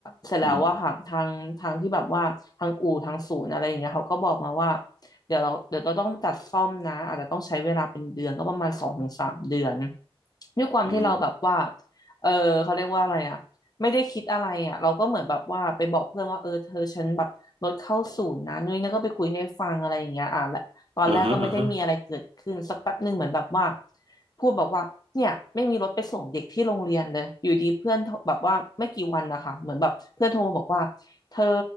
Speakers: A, on the left; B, on the right.
A: เสร็จแล้วว่าค่ะทางทางที่แบบว่าทางอู่ทางศูนย์อะไรอย่างเงี้ยเขาก็บอกมาว่า
B: อืม
A: เดี๋ยวเราเดี๋ยวเราต้องจัดซ่อมนะอาจจะต้องใช้เวลาเป็นเดือนก็ประมาณสองถึงสามเดือนด้วยความที่เราแบบว่า
B: อ๋อ
A: เออเขาเรียกว่าอะไรอ่ะไม่ได้คิดอะไรอ่ะเราก็เหมือนแบบว่าไปบอกเพื่อนว่าเออเธอฉันแบบรถเข้าศูนย์นะนุ้ยนั่นก็ไปคุยให้ฟังอะไรอย่างเงี้ยอ่ะและตอนแรกก็ไม่ได้มีอะไรเกิดขึ้นสักแป๊บหนึ่งเหมือนแบบว่า
B: อ่าฮะอ่าฮะ
A: พูดบอกว่าเนี่ยไม่มีรถไปส่งเด็กที่โรงเรียนเลยอยู่ดีเพื่อนโทรแบบว่าไม่กี่วันนะคะเหมือนแบบเพื่อนโทรมาบอกว่าเธอ